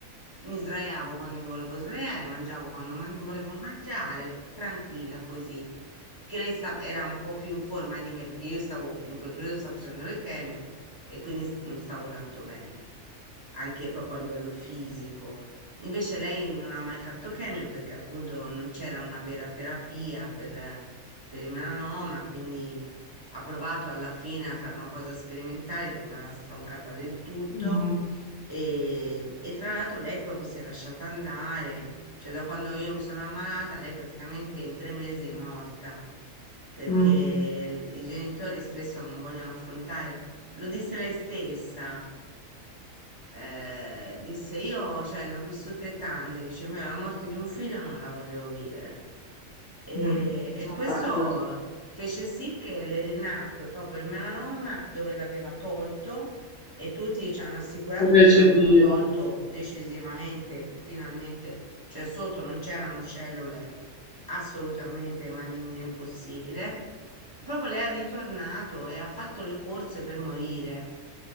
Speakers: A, on the right; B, on the left.
A: mi sdraiavo quando mi volevo sdraiare, mangiavo quando man- volevo mangiare, tranquilla così. Perché lei sta- era un po' più in forma di me, perché io stavo, in quel periodo stavo facendo le chemio e quindi s- non stavo tanto bene, anche proprio a livello fisico. Invece lei non ha mai fatto chemio perché appunto non c'era una vera terapia per, eh, per il melanoma, quindi ha provato alla fine a fare una cosa sperimentale che me l'ha stroncata del tutto
B: mm,
A: e, e tra l'altro lei proprio si è lasciata andare, cioè da quando io mi sono ammalata lei praticamente in tre mesi è morta perché
B: mm,
A: l- i genitori spesso non vogliono affrontare lo disse lei stessa. Eh, disse io, cioè, ne ho vissute tante. Dice, me la morte di un figlio non la voglio vivere. E,
B: mm.
A: e
B: Vabbè,
A: questo
B: giusto,
A: fece sì che le rinacque proprio il melanoma dove l'aveva tolto e tutti ci hanno assicurato
B: recidivo.
A: che gliel'avevano tolto decisivamente, finalmente, cioè sotto non c'erano cellule assolutamente maligne, impossibile. Proprio lei è ritornato e ha fatto le corse per morire,